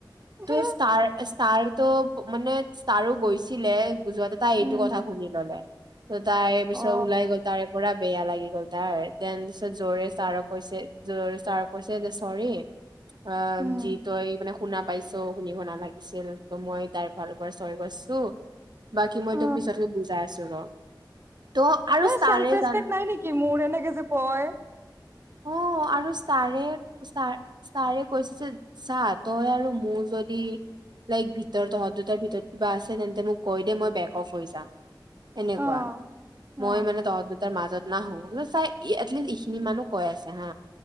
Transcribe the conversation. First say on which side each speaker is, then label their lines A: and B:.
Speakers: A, on the right; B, on the right.
A: ত'
B: হে
A: ষ্টাৰ তাৰ ত' মানে, ষ্টাৰো গৈছিলে, যোৱাট তাই
B: উম
A: এইটো কথা শুনি ল'লে। ত' তাৰেপিছত
B: অ
A: ওলাই গ'ল, তাৰে পুৰা বেয়া লাগি গ'ল। তাৰ তেন পিছত জৰে চাৰ কৈছে, জৰে চাৰ কৈছে, চৰি। অহ',
B: উম
A: যি তই এই মানে শুনা পাইছো শুনিব নালাগিছিল। ত' মই তাইৰ ফালৰ পৰা চৰি কৈছো। বাকী মই
B: অ
A: তোক পিছতকে বুজাই আছো ৰ। ত' আৰু
B: হেই
A: ষ্টাৰে
B: চেলভ্ ৰিচপেক্ট
A: জান
B: নাই নেকি, মোৰ এনেকে যে কয়। <inaudible>
A: অ' আৰু ষ্টাৰে, ষ্টা, ষ্টাৰে কৈছে যে, চা তই আৰু মোৰ যদি লাইক ভিতৰত, তহঁত দুটাৰ ভিতৰত কিবা আছে, তেন্তে মোক কৈ দে মই বেক্ অফ্ হৈ যাম। এনেকুৱা,
B: অ
A: মই
B: অ
A: মানে তহঁত দুটাৰ মজত নাহো, ন চাই এটলিষ্ট এইখিনি মানুহ কৈ আছে হা